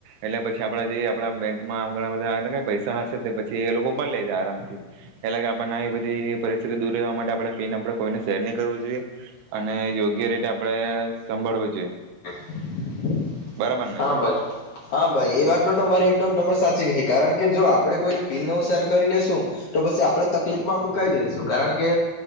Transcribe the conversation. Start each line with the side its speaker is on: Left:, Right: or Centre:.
Right: એટલે પછી આપડા જે આપડા બેંકમાં ઘણા બધા એટલેકે પૈસા હશે તે પછી એ લોકો ઉપડીલે છે આરામ થી. એટલે કે આપણને એ બધી પરી ટી દૂર રહેવા માટે આપણે પીન આપણેે કોઈને શેર નહી કરવું જોઈએ. અને યોગ્ય રીતે આપણે સાંભળવું જોઈએ.
Left: હા
Right: બરાબર ને એ તો
Left: ભાઈ હા ભાઈ એ વાત તોરી એકદમ તમે સાચી કહી. કારણ કે જો આપણે કોઈને પિનનુ સેર કરી દેેશું તો પછી આપડે તકલીફ માં મુકાઈ જઈશું. કારણ કે